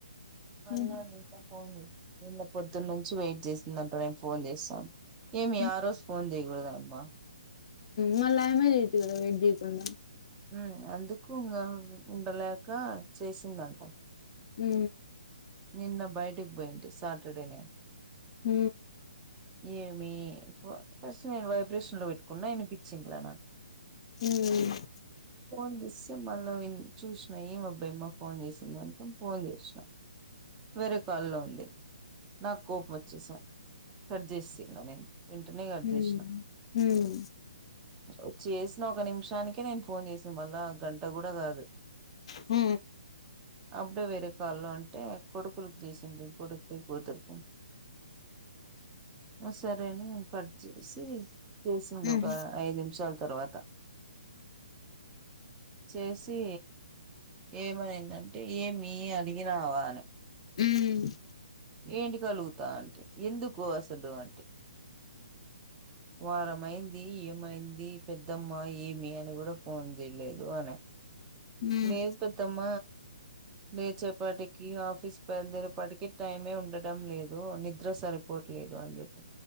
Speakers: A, on the left; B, on the right.
A: హుహు
B: అలా నింతా పో పొద్దున్నను నుంచి వెయిట్ చేసిందంట నేను ఫోన్ చేస్తాను ఏమి
A: హ్మ్
B: ఆ రోజు ఫోన్ చేయకూడదా అమ్మా
A: మల్లా ఆ యమ్మ చేయొచ్చు గదా వెయిట్ చేయకుండా
B: ఉ అందు కు ఉండల కా చేసిందంటా
A: ఉ
B: నిన్న బయటికి పోయంటి సాటర్డే నేను
A: హ
B: ఏమి ఫస్ట్ నేను వైబ్రేషన్ లో పెట్టుకున్నా అనిపించింగ్లా నాకు
A: హ్మ్
B: ఫన్ దస్స మల్ నవీన్ చూసినా ఏం అబ్బాయిమ్మ ఫోన్ చేసింది అనుకోని ఫోన్ చేసినాం వేరే కాల్లో ఉంది నాకు కోపం వచ్చేసా సర్జస్తను నేను వెంటనే కట్
A: హ్మ్
B: చేసినా
A: హ్మ్
B: వచ్చసిన ఒక నిమిషం చానికే నేను ఫోన్ చేసాను మళ్ళా గంట కూడా కాదు
A: హ
B: అప్పుడ వెర కాలం అంటే కొడుకులకు చేసింది కొడుకులకి కూతురికి సరేని కట్ చేసి చేసింది
A: హ్మ్ హ్మ్
B: ఒక ఐదు నిమిషాల తర్వాత చేసి ఏమనిందంటే ఏమి అడిగినావా
A: హ్మ్ హ్మ్
B: ఏంటి కలుగుతా అంటే ఎందుకు అసలు అంటే వారంమైంది ఏమైంది పెద్దమ్మ ఏమి అని కూడా ఫోన్ చేయలేదు అనే
A: హ్మ్
B: లేదు
A: హ్మ్
B: పెద్దమ్మ లేచేపాటికి ఆఫీస్ బయలుదేరేపాటికి టైమే ఉండట లేదు నిద్ర సరిపోట్లేదు అని చె